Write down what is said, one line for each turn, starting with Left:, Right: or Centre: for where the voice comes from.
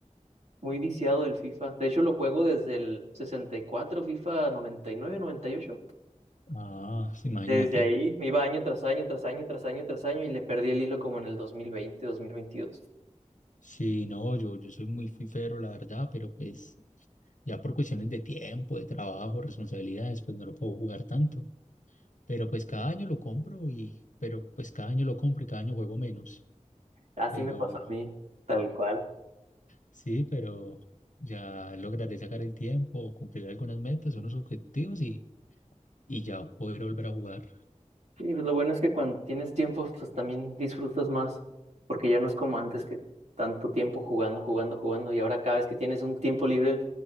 Right: muy viciado del FIFA. De hecho, lo juego desde el 64 FIFA noventa noventa y nueve noventa y ocho
Left: Ah, imagínate.
Right: Desde ahí me iba año tras año, tras año, tras año, tras año y le perdí el hilo como en el dos dos mil veinte dos mil veintidós
Left: Sí, no, yo, yo soy muy fifero, la verdad, pero pues ya por cuestiones de tiempo, de trabajo, responsabilidades, pues no lo puedo jugar tanto. Pero pues cada año lo compro y, pero pues cada año lo compro y cada año juego menos.
Right: Así
Left: Pero
Right: me pasó a mí, tal cual.
Left: sí, pero ya lograré sacar el tiempo, cumplir algunas metas, unos objetivos y, y ya podré volver a jugar.
Right: Sí, pues lo bueno es que cuando tienes tiempo, pues también disfrutas más, porque ya no es como antes que tanto tiempo jugando, jugando, jugando, y ahora cada vez que tienes un tiempo libre